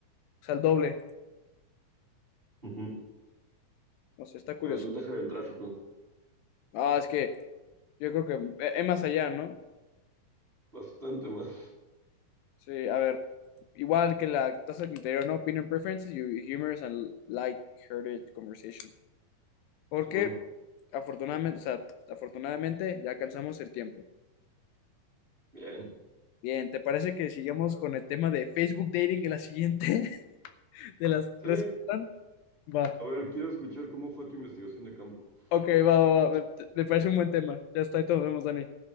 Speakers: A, on the left (about 80°); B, on the right (about 15°).
A: O sea, el doble.
B: <laughs> Ujú.
A: No sé, está curioso.
B: La desventaja del tráfico.
A: Ah, es que yo creo que eh, es más allá, ¿no?
B: Bastante más.
A: Sí, a ver. Igual que la tasa del interior, ¿no? Opinion preferences, your humorous and light-hearted conversation. Porque
B: Simón.
A: afortunadamente, o sea, afortunadamente ya alcanzamos el tiempo.
B: Bien.
A: Bien, ¿te parece que sigamos con el tema de Facebook dating en la siguiente <laughs> de las
B: Sí.
A: redes? que faltan? Va.
B: A ver, quiero escuchar cómo fue tu investigación de campo.
A: Ok, va, va, va. Me, me parece un buen tema. Ya está, y todos nos vemos, Dani.